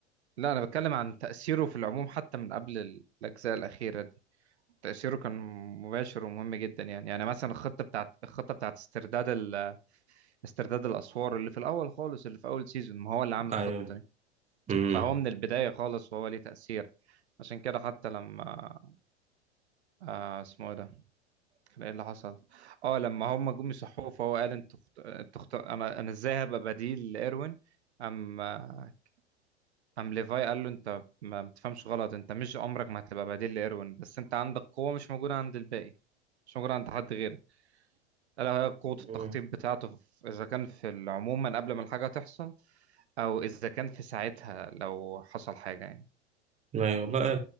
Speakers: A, on the right; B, on the right.
A: لا أنا بتكلم عن تأثيره في العموم حتى من قبل ال- الأجزاء الأخيرة دي تأثيره كان مباشر ومهم جدا يعني يعني مثلا الخطة بتاعت الخطة بتاعت استرداد ال... استرداد الأسوار اللي في الأول خالص اللي في أول سيزون ما هو اللي عامل الخطة
B: ايوه
A: دي
B: امم
A: فهو من البداية خالص وهو ليه تأثير عشان كده حتى لما آه اسمه إيه ده كان ايه اللي حصل اه لما هم جم يصحوه فهو قال انت خت... انت خت... انا انا ازاي هبقى بديل لايروين ام آه، ام ليفاي قال له انت ما بتفهمش غلط انت مش عمرك ما هتبقى بديل لايروين بس انت عندك قوة مش موجودة عند الباقي مش موجودة عند حد غيرك الا وهي قوة التخطيط
B: مم.
A: بتاعته في- اذا كان في عموما قبل ما الحاجة تحصل او اذا كان في ساعتها لو حصل حاجة يعني
B: ايوه لا لا